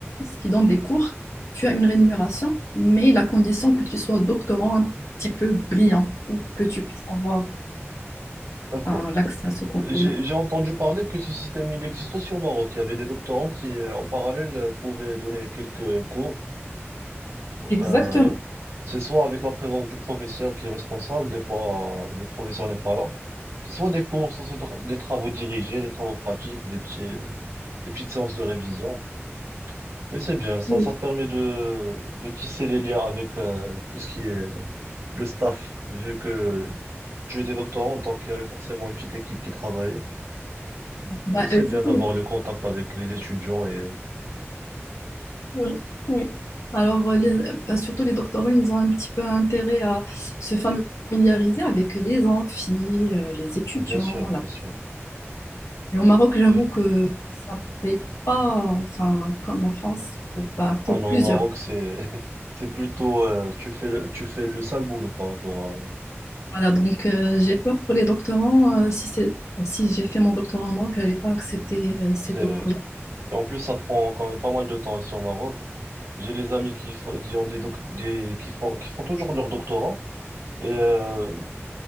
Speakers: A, on the left; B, on the right.
A: qui donnent des cours, tu as une rémunération, mais la condition que tu sois doctorant un petit peu brillant pour que tu puisses avoir
B: D'accord.
A: hein, l'accès à ce concours-là.
B: J'ai, j'ai entendu parler que ce système, il existe aussi au Maroc. Il y avait des doctorants qui, euh, en parallèle, euh, pouvaient donner quelques cours. Enfin,
A: Exactement.
B: c'est soit avec la présence du professeur qui est responsable, des fois, euh, le professeur n'est pas là. C'est soit des cours, soit c'est tra- des travaux dirigés, des travaux pratiques, des petits, des petites séances de révision. Mais c'est bien, ça,
A: Oui.
B: ça te permet de, de tisser les liens avec euh, tout ce qui est le staff, vu que tu étais doctorant, donc il y avait forcément une petite équipe qui travaillait.
A: Bah,
B: Et c'est
A: euh,
B: bien
A: surtout
B: d'avoir
A: les-
B: le contact avec les étudiants et
A: Oui, oui. Alors, euh, les- bah, surtout les doctorants, ils ont un petit peu intérêt à se familiariser avec les amphis, euh, les étudiants.
B: bien sûr,
A: la-
B: bien sûr.
A: Et au Maroc, j'avoue
B: Et-
A: que ça ne paye pas enfin, comme la France pour, bah,
B: Ah
A: pour
B: non,
A: plusieurs.
B: au Maroc, c'est <laughs> c'est plutôt euh, tu fais le tu fais le sale boulot par rapport à
A: Voilà, donc euh, j'ai peur pour les doctorants. euh, si c'est, bah, si j'ai fait mon doctorat en Maroc, je n'allais pas accepter euh, cette
B: c'est
A: offre-là.
B: vrai. Et en plus, ça prend quand même pas mal de temps ici au Maroc. J'ai les amis qui font qui ont des doc- des qui font qui font toujours leur doctorat et euh,